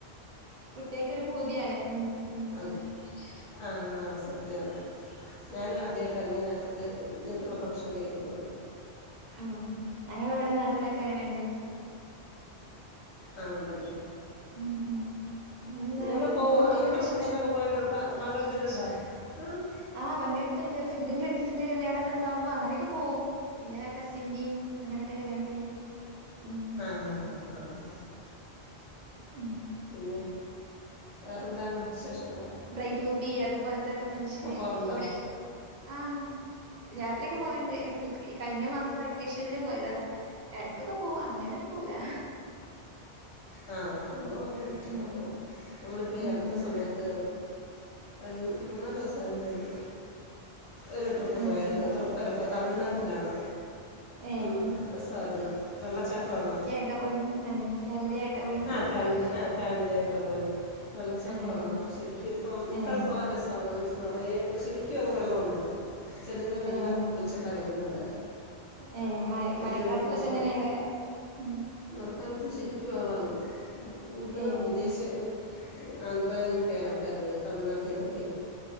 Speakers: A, on the right; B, on the left.
A: കുട്ടികക്ക് ഒരു പൂതിയാണ് ഉം ഉം
B: അതെ ആഹ് ആഹ് സത്യാണ് ഞാനും
A: ഉം
B: ആദ്യായിട്ടാ ഇങ്ങനെ ഇത് ഇങ്ങനത്തുള്ള ഫംഗ്ഷൻ കേൾക്കുന്നത്
A: ആണോ ഞങ്ങള് ഇവിടെ നാട്ടിലൊക്കെ എങ്ങനെയുണ്ട്?
B: ആഹ് ഉണ്ടല്ലേ
A: ഉം ഉം പിന്നെന്താ
B: നിങ്ങള്
A: ഇങ്ങക്ക്
B: പോവോ
A: കുക്കിംഗ്
B: അങ്ങനത്തെുള്ള
A: ഒക്കെ ഇഷ്ടാ
B: ഫംഗ്ഷനൊക്കെ പോയിട്ട് പങ്കെടുത്തിട്ടുണ്ടോ? ആഹ്
A: ആഹ് പങ്കെടുത്തുണ്ട് എന്റെ ഫ്രണ്ട്സിന്റെ കല്യാണ ഒക്കെ ഇണ്ടാവുമ്പോ അങ്ങനെയൊക്കെ പോകും പിന്നെ കസിന്റെയും അങ്ങനെയൊക്കെ കല്യാണത്തിന് ഉം
B: ആഹാ ഹാ ആഹാ
A: ഉം
B: പിന്നെ വേറെന്താണ് വിശേഷങ്ങള്?
A: ബ്രൈഡ് ടു ബി അതുപോലത്തൊക്കെ ഫങ്ക്ഷന്
B: പോകാറുണ്ടോ
A: ഇവിടെ ആഹ് യാത്രയൊക്കെ പോയണ്ട് ഇപ്പ ഈ കഴിഞ്ഞ മാസം വെക്കേഷനിൽ പോയതാ എടക്കൊക്കെ പോവും അങ്ങനെയൊന്നും പോവൂലാ
B: ആ നമ്മളും അങ്ങനെ ഇടക്കൊക്കെ
A: ഉം
B: പോവും നമ്മളിപ്പോൾ ഈ
A: ഉം
B: അടുത്ത സമയത്ത് രണ്ട് മൂന്നാല് ദിവസം ആയെന്ന് തോന്നുന്നു ഒരു ട്രിപ്പ്
A: ആഹ്
B: പോയായിരുന്നു
A: പോ
B: തൃപ്പരപ്പ് തമിഴ്നാട്ടിലാണ്
A: ഏഹ് ഏഹ്
B: ഉം ഉം രസമായിരുന്നു വെള്ളച്ചാട്ടവാണ്
A: ങ്ട്ടാ പോനി ഏഹ് ഫാമിലിയായിട്ട പോയി
B: ആ ഫാമിലി ആ ഫാമിലി ആയിട്ടാണ് പോയത്. വെള്ളച്ചാട്ടമാണ്
A: ഏഹ്
B: ശെരിക്കും ഇപ്പം ഇപ്പോഴും
A: ഏഹ്
B: പോകാൻ രസം ണോന്നു വെച്ചാ നെറയേ ശരിക്കും അങ്ങ് വെള്ളവുണ്ട് ചെല്ലുന്നവരെല്ലാം
A: ഏഹ്
B: കുളിച്ചിട്ടാ വരുന്ന അവിടെ
A: ഏഹ് മയ
B: ഒരു
A: മയക്കാലത്തൊക്കെ
B: ജോഡി ഡ്രസ്സ് കൊണ്ട്
A: എങ്ങനെയാ അവിടെ? മ്
B: മഴക്കാലത്ത് ശെരിക്കും ആളാണ് കൂടുതലും
A: ഏഹ്
B: വിദേശീ ഏഹ് ആന്ധ്രയിന്നൊക്കെ ആൾക്കാര് വരുന്ന തമിഴ്നാട്ടിന്നൊക്കെയേ